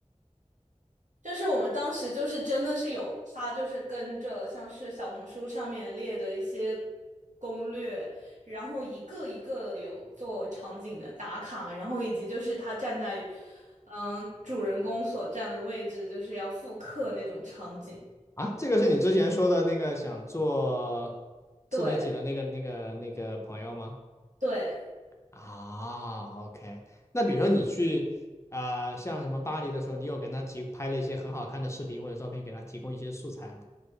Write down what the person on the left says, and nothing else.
啊，这个是你之前说的那个想做自媒体的那个那个那个朋友吗？
啊，OK。那比如说你去啊、呃像什么巴黎的时候，你有跟他提拍了一些很好看的视频或者照片，给他提供一些素材吗？